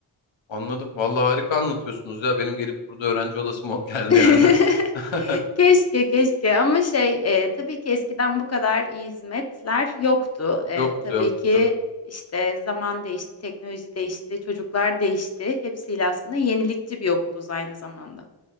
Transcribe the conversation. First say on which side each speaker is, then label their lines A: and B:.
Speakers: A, on the left; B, on the left.
A: Anladım. Vallahi harika anlatıyorsunuz ya. Benim gelip burada öğrenci olasım o- <laughs> geldi
B: <laughs>
A: yani. <laughs>
B: Keşke keşke ama şey e, tabii ki eskiden bu kadar iyi hizmetler yoktu. E,
A: Yoktu
B: tabii
A: yoktu
B: ki
A: tabii.
B: işte zaman değişti, teknoloji değişti, çocuklar değişti. Hepsiyle aslında yenilikçi bir okuluz aynı zamanda.